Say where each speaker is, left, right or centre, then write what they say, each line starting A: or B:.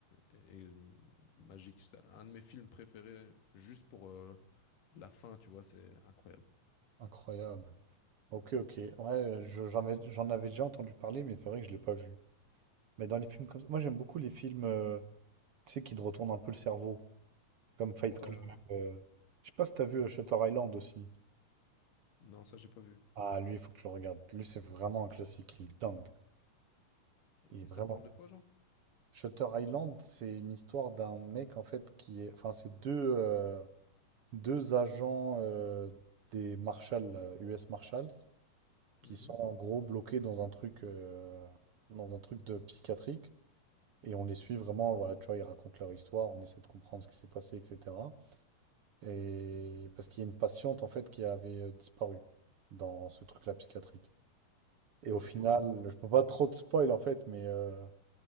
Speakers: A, on the left; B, on the right.
A: est magique. C'est un de mes films préférés, juste pour euh, la fin, tu vois, c'est incroyable.
B: Incroyable. Ok, ok. Ouais, je- j'en avais, j'en avais déjà entendu parler, mais c'est vrai que je l'ai pas vu. Mais dans les films comme ça, moi j'aime beaucoup les films, euh, tu sais, qui te retournent un peu le cerveau, comme Fight
A: Ouais,
B: Club.
A: ouais.
B: euh, Je sais pas si t'as vu euh, Shutter Island aussi.
A: Non, ça, j'ai pas vu.
B: Ah, lui, il faut que tu le regardes. Lui, c'est vraiment un classique, il est dingue.
A: Et,
B: Il est
A: et
B: vraiment...
A: ça parle de quoi, genre?
B: Shutter Island, c'est une histoire d'un mec, en fait, qui est... Enfin, c'est deux, euh, deux agents euh, des Marshals, euh, US Marshals, qui
A: Mhm.
B: sont en gros bloqués dans un truc, euh, dans un truc de psychiatrique. Et on les suit vraiment, voilà, tu vois, ils racontent leur histoire, on essaie de comprendre ce qui s'est passé, etc. Et parce qu'il y a une patiente en fait qui avait euh, disparu dans ce truc-là psychiatrique. Et au final,
A: Ok.
B: je peux pas trop de spoil en fait, mais, euh,